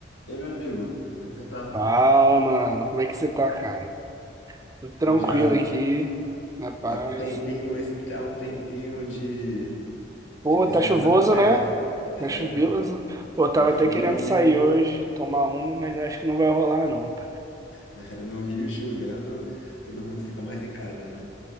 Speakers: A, on the left; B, on the right.
A: E aí, meu amigo, como é que você tá?
B: Fala, mano. Como é que você tá, cara? Tudo tranquilo
A: Pô, já
B: aqui, na paz.
A: tá com um tempinho, esse tá um tempinho de,
B: Pô,
A: de ver
B: tá
A: série
B: chuvoso,
A: na coberta.
B: né?
A: É,
B: Tá chuvoso. Pô, eu tava
A: ver filme.
B: até querendo sair hoje, tomar uma, mas acho que não vai rolar, não, cara.
A: <laughs> No Rio chovendo, todo mundo fica mais em casa, né?